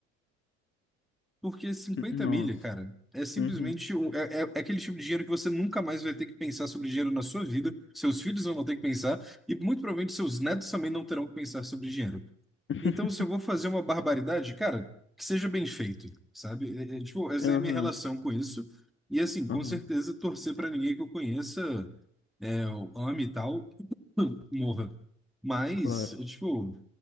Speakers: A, in the centre; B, on the left (about 35°).
A: Porque cinquenta
B: n- nossa,
A: milha, cara, é simplesmente
B: uhum,
A: um- é, é, é aquele tipo de dinheiro que você nunca mais vai ter que pensar sobre dinheiro na sua vida, seus filhos não vão ter que pensar, e muito provavelmente seus netos também não terão que pensar sobre dinheiro.
B: <laughs>
A: Então, se eu vou fazer uma barbaridade, cara, que seja bem feito, sabe? É- é, tipo, essa
B: aham,
A: é a minha relação com isso. E assim, com
B: aham,
A: certeza, torcer pra ninguém que eu conheça, é, eu ame e tal, <clears throat> morra. Mas,
B: claro,
A: tipo,